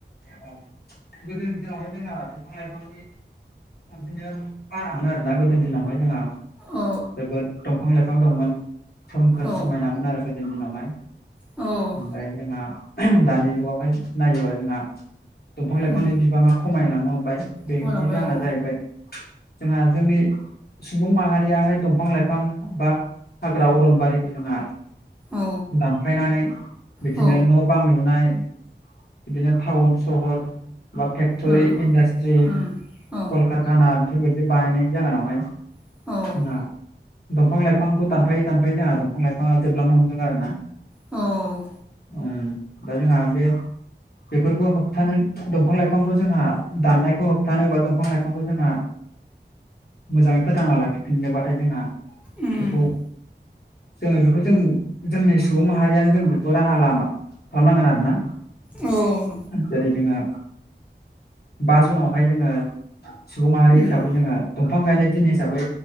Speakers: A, on the left; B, in the centre.
A: औ गोदोनि दिनावहाय जोंहा बिफां लाइफांनि गोदोनि दिनावहाय जोंहा
B: औ
A: जोबोद दंफां लाइफां दंमोन सोमखोर
B: औ
A: समायनामोन आरो गोदोनि दिनावहाय
B: औ
A: ओमफ्राय जोंहा दानि जुगावहाय नायोबा जोंहा दंफां लाइफांनि
B: उम
A: बिबांआ खमायलांनो हमबाय बेनि
B: खमायलांबाय
A: जाहोना
B: औ
A: जाहैबाय जोंहा जोंनि सुबुं माहारियाहाय दंफां लाइफां बा हाग्रा अरनबारिखौ जोंहा
B: औ
A: दानफ्लायनानै बिदिनो
B: औ
A: न' बां लुनाय बिदिनो टाउन सहर बा फेक्टरि
B: उम
A: इन्डास्ट्रि
B: उम औ
A: कारखाना बेफोरबायदि बानायनाय जागानावहाय
B: औ
A: जोंहा दंफां लाइफांखौ दानफायै दानफायै जोंहा दंफां लाइफाङा जोबलांनो हमदों आरो ना।
B: औ
A: उम दा जोंहा बे बेफोरखौ होबथानो दंफां लाइफांखौ जोंहा दाननायखौ होबथानोबाथ बिफां लाइफांखौ जोंहा मोजाङै फोथांना लाखिफिननोबाथाय जोंहा बेखौ
B: उम उम
A: जोङो बेखौ जों जोंनि सुबुं माहारियानो जों बेखौ' राहा लामा खालामनांगोन आरो ना?
B: औ
A: जेरै जोंहा बा जुनावहाय जोङो सुबुं माहारि
B: उम
A: हिसाबै जोङो दंफां गायनाय दिन हिसाबै